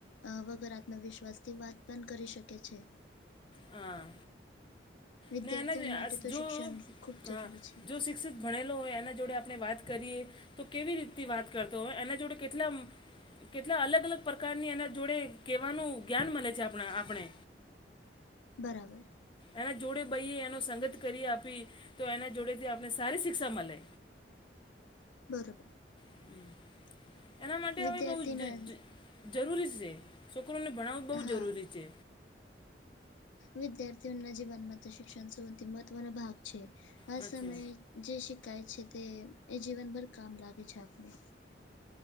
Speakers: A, on the left; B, on the left.
A: અ વગર આત્મવિશ્વાસથી વાત પણ કરી શકે છે.
B: હા
A: વિદ્યાર્થીઓ
B: <unintelligible>
A: માટે તો
B: જો
A: શિક્ષણ ખૂબ
B: હ
A: જરૂરી છે.
B: જો શિ ક્ષિત ભણેલો હોય એના જોડે આપણે વાત કરીએ તો કેવી રીતથી વાત કરતો હોય એના જોડે કેટલા આમ કેટલા અલગ-અલગ પરકારની એના જોડે કેવાનું જ્ઞાન મલે છે, આપણા આપણે.
A: બરાબર
B: એના જોડે બહિયે એનો સંગત કરીએ આપી તો એના જોડેથી આપણે સારી શિક્ષા મલે.
A: બરોબર
B: <inaudible> એના માટે
A: વિદ્યાર્થીના
B: હવે બહુ જ-જ-જરૂરી છે, છોકરોને ભણાવવું બહુ
A: હા
B: જરૂરી છે.
A: વિદ્યાર્થીઓના જીવનમાં તો શિક્ષણ સૌથી મહત્વનો ભાગ છે, આ
B: સાચી
A: સમયે જે શિકાય છે તે એ જીવનભર કામ લાગે છે આપણને.